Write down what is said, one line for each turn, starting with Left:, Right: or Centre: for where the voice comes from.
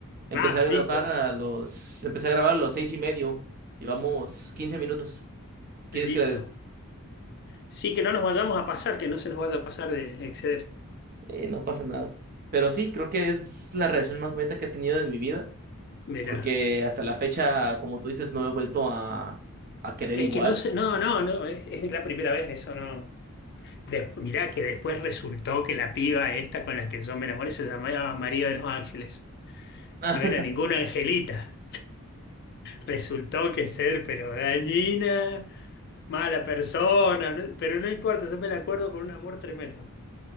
Right: Empecé
Left: Ah,
Right: a grabar
Left: listo,
Right: a los, empecé a grabar a los seis y medio. Llevamos 15 minutos. ¿Quieres
Left: listo.
Right: que le...
Left: Sí, que no nos vayamos a pasar, que no se nos vaya a pasar de exceder.
Right: eh, no pasa nada. Pero sí, creo que es la relación más bonita que he tenido en mi vida.
Left: Mira.
Right: porque hasta la fecha, como tú dices, no he vuelto a, a querer
Left: Es
Right: igual.
Left: que no sé, no, no, no, es, es la primera vez, eso no. Des- mirá que después resultó que la piba esta con la que yo me enamoré se llamaba María de los Ángeles.
Right: <laughs>
Left: No era ninguna angelita. Resultó que ser, pero dañina, mala persona, no- pero no importa, yo me la acuerdo con un amor tremendo.